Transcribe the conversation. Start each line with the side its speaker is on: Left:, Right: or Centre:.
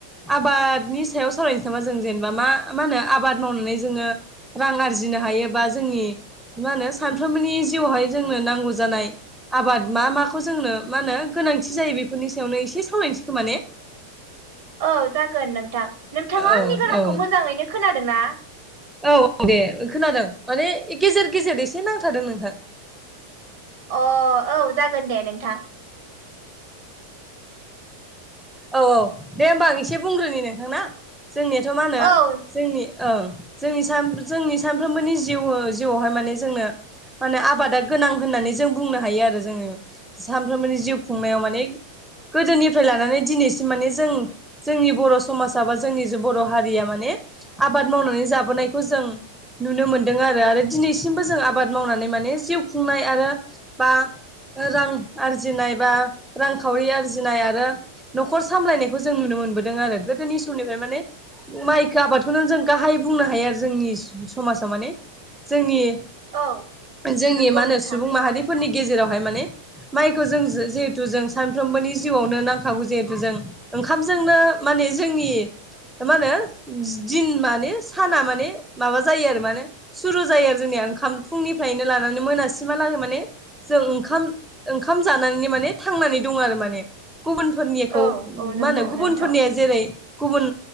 Centre: आबादनि सायाव सावरायनोसै नामा जों जेनेबा मा मा होनो आबाद मावनानै जोङो रां आरजिनो हायोबा जोंनि मा होनो सानफ्रोमबोनि जिउआवहाय जोंनो नांगौ जानाय आबाद मा माखौ जोंनो मा होनो गोनांथि जायो। बेफोरनि सायावनो एसे सावरायनोसै खोमा ने।
Right: औ जागोन नोंथां नोंथाङा
Centre: औ
Right: आंनि गारांखौ
Centre: औ
Right: मोजाङैनो खोनादों ना।
Centre: औ औ दे खोनादों माने गेजेर गेजेर एसे नांथादों नोंथां।
Right: अ औ जागोन दे नोंथां।
Centre: औ औ दे होमबा आं एसे बुंग्रोनि नोंथां ना। जोंनियाथ' मा होनो
Right: औ
Centre: जोंनि औ जोंनि जोंनि साम सानफ्रोमबोनि जिउ जिआवहाय माने जोंनो माने आबादा गोनां होननानै जों बुंनो हायो आरो जोङो सानफ्रोमबोनि जिउ खुंनायाव माने गोदोनिफ्राय लानानै दिनैसिम माने जों जोंनि बर' समाजा बा जोंनि जे बर' हारिया माने आबाद मावनानै जाबोनायखौ जों नुनो मोनदों आरो आरोव दिनैसिमबो जों आबाद मावनानै माने जिउ खुंनाय आरो बा रां आरजिनाय बा रांखावरि आरजिनाय आरो न'खर सामलायनायखौ जों नुनो मोनो। मोनबोदों आरो गोदोनु सम माइ आबादखौ जों गाह बुंनो हायो आरो जोंनि समाजाव माने जोंनि
Right: औ
Centre: जोंनि
Right: नंगौ
Centre: मा होनो
Right: नोंथां।
Centre: सुबुं माहारिफोरनि गेजेराव मायखौ जों जे जिहेथु जों सानफ्रोमबोनि जिव आवनो नांखागौजिहेथु जो ओंखामजोंनो नो माने जोंनि मा होनो दिन माने साना माने माबा जायो आरो माने सुरु जायो आरो जोंनिया ओंखाम फुंनिफ्रायनो लानानै मोनाासमहालागै माने जों ओंखाम ओंखाम जानानैनो माने थांनानै दं आरो माने गुबुनफोरनिखौ
Right: औ औ नंगौ
Centre: मा होनो गुबुनफोरनिया
Right: नोंथां
Centre: जेरै गुबुन